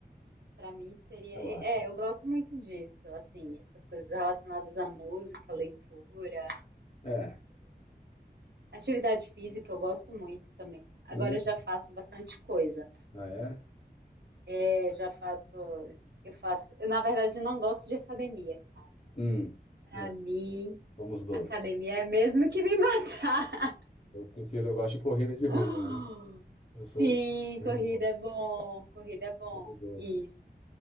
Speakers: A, on the right; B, on the left.
A: para mim seria,
B: relaxa.
A: é, eu gosto muito disso, assim, essas coisas relacionadas à música, leitura,
B: É.
A: atividade física, eu gosto muito também. Agora
B: Hum.
A: eu já faço bastante coisa,
B: Ah, é?
A: Eu já faço, eu faço, eu na verdade não gosto de academia, cara.
B: Hum.
A: Pra
B: É,
A: mim,
B: somos dois.
A: academia é mesmo que me <laughs> matar.
B: Eu prefiro, eu gosto de corrida de rua,
A: <gasps>
B: né? Eu sou
A: Sim,
B: corredor.
A: corrida é bom, corrida é bom.
B: corredor.
A: Isso.